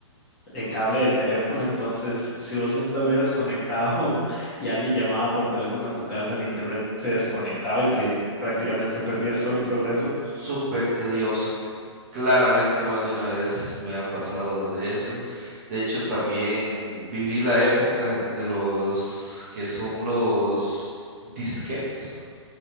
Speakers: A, on the left; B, on the right.
A: de cable de teléfono? Entonces, si vos estuvieras conectado <laughs> y alguien llamaba por teléfono a tu casa, el internet se desconectaba y pri- prácticamente perdías todo el progreso.
B: Súper tedioso. Claramente más de una vez me ha pasado eso. De hecho, también viví la época de los que son los disquetes,